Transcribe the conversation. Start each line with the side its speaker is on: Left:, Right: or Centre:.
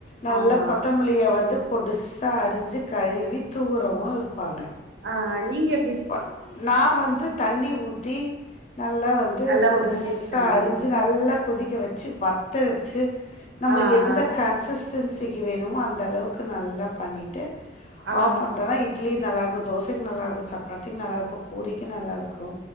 Left: நல்லாக்
Right: ஆமா
Left: கொத்தமிலிய வந்து பொடுசா அரிஞ்சிக் கழுவி தூவுறவுங்ளு இருப்பாங்க
Right: ஆ ஆ நீங்க எப்
Left: ப நா வந்து தண்ணி ஊத்தி நல்ல வந் து
Right: நல்லா
Left: பொடுசா
Right: கொதிக்க வச்சிருவீங்க
Left: அரிஞ்சு நல்லாக் கொதிக்க வெச்சு வத்த வெச்சு நம்ளுக்
Right: ஆ
Left: எந்தக்
Right: ஆ
Left: கன்சிஸ் சென்சிகி வேணுமோ அந்த அளவுக்கு நல்லாப் பண்ணிட்டு
Right: ஆ
Left: ஆஃப் பண்ட்டோனா இட் ட்லி நல்லாக்கு தோசைக் நல்லாக்கு சப்பாத்திக் நல்லாக்கு பூரிக்கு நல்லாருக்கு